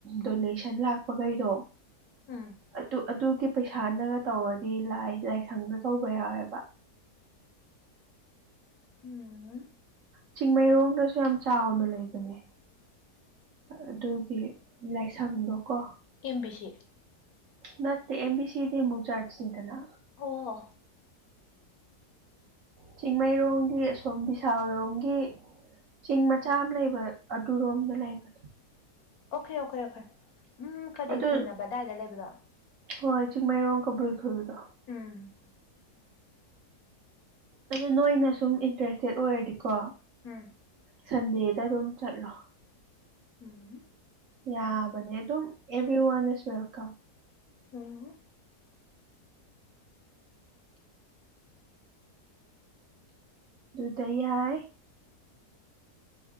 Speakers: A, on the right; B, on the left.
A: ꯗꯣꯅꯦꯁꯟ ꯂꯥꯛꯄꯈꯩꯗꯣ
B: ꯎꯝ
A: ꯑꯗꯨ ꯑꯗꯨꯒꯤ ꯄꯩꯁꯥꯅꯒ ꯇꯧꯔꯗꯤꯥꯏ ꯂꯥꯏꯁꯪꯗ ꯇꯧꯕ ꯌꯥꯎꯋꯦꯕ
B: ꯎꯝ
A: ꯆꯤꯡꯃꯩꯔꯣꯡꯗꯁꯨ ꯌꯥꯝ ꯆꯥꯎꯅ ꯂꯩꯕꯅꯦ ꯑꯗꯨꯒꯤ ꯂꯥꯏꯁꯪꯗꯣꯀꯣ
B: ꯑꯦꯝꯕꯤ ꯁꯤ
A: ꯃꯦ ꯑꯦ ꯕꯤ ꯁꯤ ꯏꯗꯤ ꯃ ꯆꯥꯁꯅꯤꯗꯅ
B: ꯑꯣ
A: ꯆꯤꯡꯃꯩꯔꯣꯡꯝꯒꯤ ꯑꯁꯣꯝ ꯕꯤꯁꯥꯜꯂꯣꯡꯝꯒꯤ ꯆꯤꯡ ꯃꯆꯥ ꯑꯃ ꯂꯩꯕ ꯑꯗꯨꯔꯣꯝꯗ ꯂꯩꯕ
B: ꯑꯣꯈꯦ ꯑꯣꯈꯦ ꯑꯣꯈꯦ ꯎꯝ ꯀꯔꯤ
A: ꯑꯗꯨ
B: ꯈꯨꯨꯟ ꯑꯕ ꯑꯗꯥꯏꯗ ꯂꯩꯕꯗꯣ
A: ꯍꯣꯏ ꯆꯤꯡꯃꯩꯔꯣꯡ ꯀꯕꯨꯢ
B: ꯎꯝ
A: ꯈꯨꯜꯗꯣ
B: ꯎꯝ
A: ꯑꯗꯨ ꯅꯣꯏꯅ ꯁꯨꯝ ꯏꯟꯇꯔꯦꯁꯇꯦꯠ ꯑꯣꯏꯔꯗꯤꯀꯣ
B: ꯎꯝ
A: ꯁꯟꯗꯦꯗ ꯑꯗꯨꯝ ꯆꯠꯂꯣ
B: ꯎꯝ
A: ꯌꯥꯕꯅꯦ ꯑꯗꯨꯝ ꯑꯦꯕꯔꯤ ꯋꯥꯟ ꯏꯁ ꯋꯦꯜꯀꯝ
B: ꯎꯝ
A: ꯇ ꯍꯥꯏ